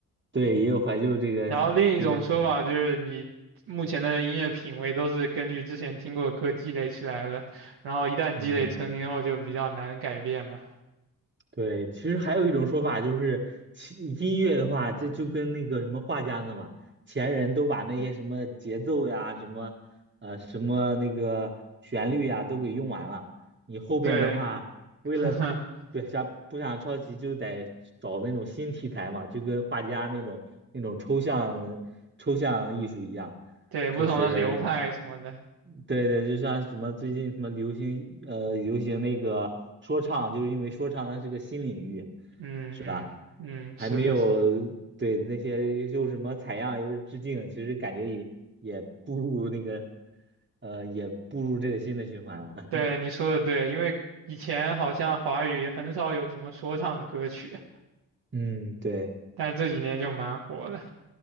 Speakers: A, on the right; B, on the right.
A: 对，也有怀旧这个这个什么。
B: 然后另一种说法就是你目前的音乐品味都是根据之前听过的歌积累起来了，然后一旦积累成型后就比较难改变嘛。
A: 嗯。对，其实还有一种说法就是，其音乐的话，这就跟那个什么画家呢嘛，前人都把那些什么节奏呀、什么呃什么那个旋律呀都给用完了，你后边的话，
B: 对，
A: 为了不想不想抄袭，
B: <laughs>
A: 就得找那种新题材嘛，就跟画家那种那种抽象抽象艺术一样，
B: 对，不同的流派什么的，
A: 就是。对对，就像什么最近什么流行呃流行那个说唱，就是因为说唱它是个新领域，
B: 嗯嗯嗯，
A: 是吧？还没有对那些又是什么采样又是致敬，
B: 是的是，
A: 其实感觉也也步入那个呃也步入这个新的循环了。
B: 对你说的对，
A: <laughs>
B: 因为以前好像华语很少有什么说唱的歌曲，
A: 嗯，对
B: 但是这几年就蛮火的。